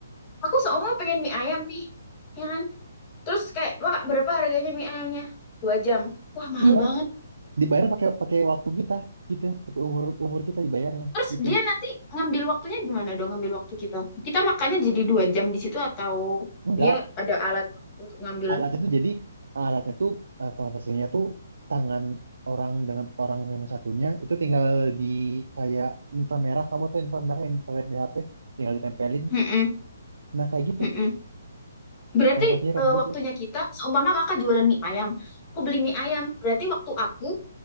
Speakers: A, on the left; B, on the right.
A: aku seumur pengen mie ayam nih. Ya kan? Terus kayak, "Wah, berapa harganya mie ayamnya?" Dua jam. Wah, mahal
B: iya
A: banget.
B: dibayar pakai pakai waktu kita gitu pakai umur umur kita dibayarnya
A: Terus
B: gitu
A: dia nanti ngambil waktunya gimana dong ngambil waktu kita? Kita makannya jadi dua jam di situ atau
B: enggak
A: dia ada alat untuk ngambil?
B: alatnya tuh jadi alatnya tuh eh, transaksinya tuh tangan orang dengan orang yang satunya itu tinggal di kayak inframerah kamu tuh inframerah infrared di HP tinggal ditempelin
A: Mm-mm,
B: nah kayak gitu
A: mm-mm. Berarti
B: transaksinya kayak
A: eh,
B: gitu
A: waktunya kita, seumpama kakak jualan mie ayam, aku beli mie ayam. Berarti waktu aku